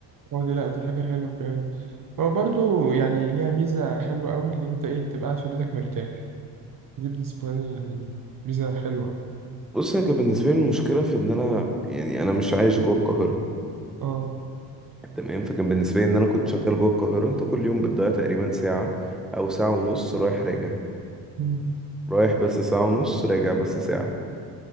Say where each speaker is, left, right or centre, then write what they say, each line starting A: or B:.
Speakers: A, on the right (about 45°); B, in the centre.
A: اه دي لا دي حاجة حلوة فعلا هو برضو يعني ليها ميزة حلوة أوي اللي أنت إيه تبقى قاعد في بيتك مرتاح دي بالنسبة لي يعني ميزة حلوة
B: بص هي كان بالنسبة لي المشكلة في ان انا يعني انا مش عايش جوه القاهرة
A: اه
B: تمام فكان بالنسبة لي ان انا كنت شغال جوه القاهرة انت كل يوم بتضيع تقريبا ساعة او ساعة ونص رايح راجع
A: مم.
B: رايح بس ساعة ونص راجع بس ساعة